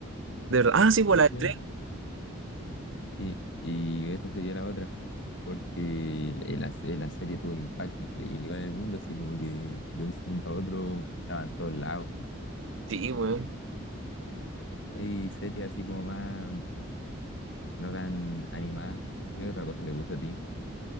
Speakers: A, on the right; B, on the left.
A: De verdad. Ah, sí, pues
B: dos
A: la de
B: creo.
A: tren.
B: Sí, y esta sería la otra. Porque la, la la serie tuvo un impacto increíble igual en el mundo, así como que de un segundo a otro estaban todos lados.
A: Sí, weón.
B: Y series así como más no tan animada. ¿Qué otra cosa te gusta a ti?